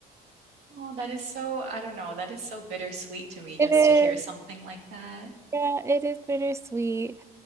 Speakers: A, on the right; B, on the right.
A: Oh, that is so, I don't know, that is so bittersweet to me just
B: it is,
A: to hear something like that.
B: yeah, it is bittersweet.